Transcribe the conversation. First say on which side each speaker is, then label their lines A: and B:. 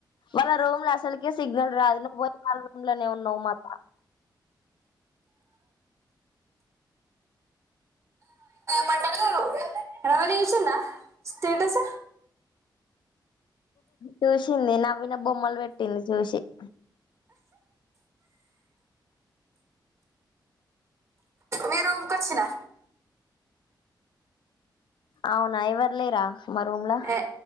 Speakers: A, on the left; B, on the right.
A: వాళ్ళ రూమ్ లో అసల్ కే సిగ్నల్ రాదు నువ్వు పోయి వాళ్ళ రూమ్ లనే ఉన్నావు మళ్ళ
B: పంట <inaudible> రవళి చూసిందా స్టేటస్
A: చూసింది నవ్విన బొమ్మలు పెట్టింది చూసి <inaudible>
B: మీ రూమ్ కొచ్చినా
A: అవునా ఎవర్లేరా మా రూమ్లా
B: ఏ,